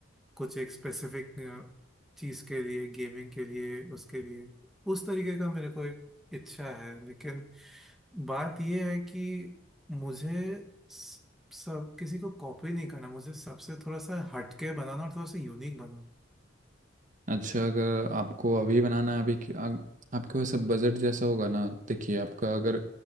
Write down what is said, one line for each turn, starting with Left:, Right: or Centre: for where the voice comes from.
Centre: कुछ एक स्पेसिफिक चीज़ के लिए गेमिंग के लिए उसके लिए उस तरीके का मेरे को एक इच्छा है लेकिन बात यह है कि मुझे स- सब किसी को कॉपी नहीं करना मुझे सबसे थोड़ा सा हटके बनाना और थोड़ा सा यूनिक बनाना
Right: अच्छा अगर आपको अभी बनाना है अभी कि- आ, आपके वैसे बजट जैसा होगा ना देखिए आपका अगर